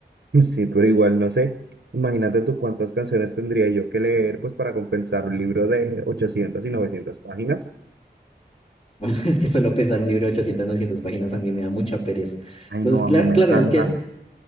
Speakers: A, on the right (about 80°); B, on the left (about 40°).
A: Sí, pero igual no sé. Imagínate tú cuántas canciones tendría yo que leer pues para compensar un libro de 800 y 900 páginas.
B: Bueno, <laughs> es que solo pensar un libro de 800, 900 páginas a mí me da mucha pereza.
A: Ay,
B: Entonces,
A: no,
B: claro,
A: a mí me
B: claro,
A: encantan.
B: es que es,